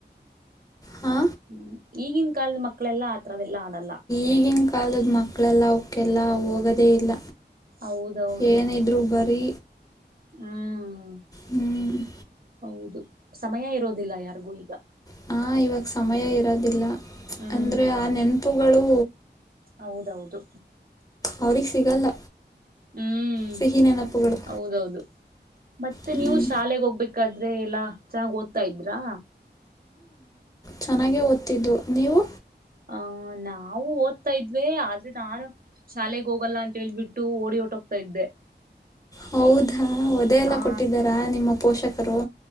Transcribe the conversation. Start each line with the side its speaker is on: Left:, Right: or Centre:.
Left: ಹಾ
Right: ಹ್ಮ್ ಈಗಿನ ಕಾಲದ ಮಕ್ಕಳೆಲ್ಲಾ ಆತರವೆಲ್ಲಾ ಆಡಲ್ಲ
Left: ಈಗಿನ ಕಾಲದ ಮಕ್ಕಳೆಲ್ಲ ಅವಕ್ಕೆಲ್ಲ ಹೋಗದೇ ಇಲ್ಲ
Right: ಹೌದೌದು
Left: ಏನ ಇದ್ರು ಬರೀ
Right: ಹ್ಮ
Left: ಹ್ಮ್
Right: ಹೌದು ಸಮಯ ಇರೋದಿಲ್ಲ ಯಾರಿಗೂ ಈಗ
Left: ಹಾಂ ಇವಾಗ ಸಮಯ ಇರೋದಿಲ್ಲ
Right: ಹ್ಮ್
Left: ಅಂದರೆ ಆ ನೆನಪುಗಳು
Right: ಹೌದೌದು
Left: ಅವ್ರಿಗೆ ಸಿಗಲ್ಲ
Right: ಹ್ಮ್
Left: ಸಿಹಿ ನೆನಪುಗಳು
Right: ಹೌದೌದು ಮತ್ತೆ
Left: ಹ್ಞೂ
Right: ನೀವು ಶಾಲೆಗ್ ಹೋಗ್ಬೇಕಾದ್ರೆ ಎಲ್ಲಾ ಚೆನ್ನಾಗ್ ಓದ್ತಾ ಇದ್ರಾ
Left: ಚೆನ್ನಾಗೆ ಓದ್ತಿದ್ದು ನೀವು
Right: ಹ ನಾವು ಓದ್ತಾ ಇದ್ವಿ ಆದ್ರೆ ನಾನು ಶಾಲೆಗೆ ಹೋಗಲ್ಲ ಅಂತ ಹೇಳ್ಬಿಟ್ಟು ಓಡಿ ಒಟೋಗ್ತಾ ಇದ್ದೆ.
Left: ಹೌದಾ ಒದೆ ಎಲ್ಲಾ
Right: ಆ
Left: ಕೊಟ್ಟಿದ್ದಾರಾ ನಿಮ್ಮ ಪೋಷಕರು.